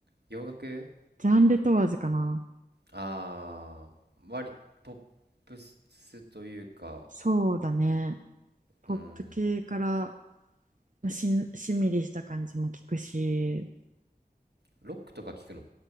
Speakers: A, on the right; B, on the right.
A: 洋楽
B: ジャンル問わずかな。
A: ああー、割、ポップスというか、
B: そうだね。ポップ系から
A: うん、
B: まあしん、しんみりした感じも聞くし、
A: ロックとか聞くの